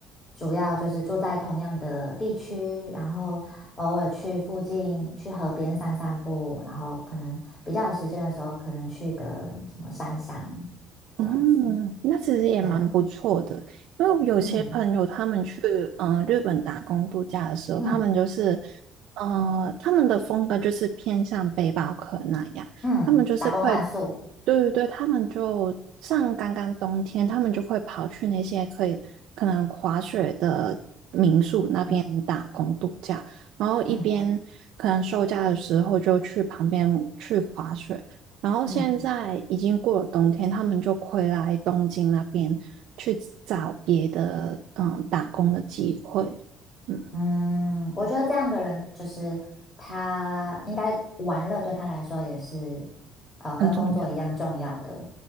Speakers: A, on the left; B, on the right.
A: 主要就是住在同样的地区，然后偶尔去附近去河边散散步，然后可能比较有时间的时候，可能去个什么山上这样子，
B: 嗯，那其实也蛮不错的，
A: 对啊，
B: 因为有些朋友他们去嗯、
A: 嗯
B: 呃日本打工度假的时候，
A: 嗯
B: 他们就是呃他们的风格就是偏向背包客那样，
A: 嗯，
B: 他们就是会，
A: 打工换宿，
B: 对对对，他们就像刚刚冬天，他们就会跑去那些可以可能滑雪的
A: 嗯
B: 边打工度假，然后一边可能休假的时候就去旁边去滑雪。
A: 嗯
B: 然后现在已经过了冬天，
A: 嗯。
B: 他们就回来东京那边去找别的嗯打工的机会，嗯，
A: 嗯，我觉得这样的人就是他应该玩乐对他来说也是呃跟工作一样重要的，
B: 很重要。